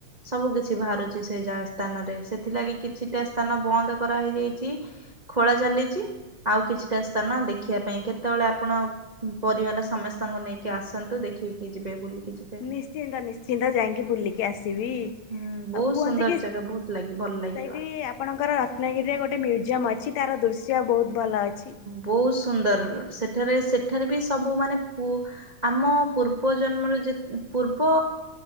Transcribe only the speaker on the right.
ସବୁ <unintelligible> ବାହାରୁଚି ସେଇ ଯା ସ୍ଥାନ ରେ ସେଥିଲାଗି କିଛିଟା ସ୍ଥାନ ବନ୍ଦ କରା ହେଇଯାଇଚି। ଖୋଳା ଚାଲିଚି ଆଉ କିଛିଟା ସ୍ଥାନ ଦେଖିବା ପାଇଁ କେତବଳେ ଆପଣ ପରିବାର ସମସ୍ତଙ୍କୁ ନେଇକି ଆସନ୍ତୁ ଦେଖିକି ଯିବେ ବୁଲିକି <unintelligible>
ହୁଁ ବହୁତ
ସୁନ୍ଦର
ଜାଗା
ବହୁତ ଲାଗି ଭଲ ଲାଗିବ।
ବହୁତ୍ ସୁନ୍ଦର ସେଠାରେ ସେଠାରେ ବି ସବୁ ମାନେ ପୁ ଆମ ପୂର୍ବ ଜନ୍ମର ଯେ ପୂର୍ବ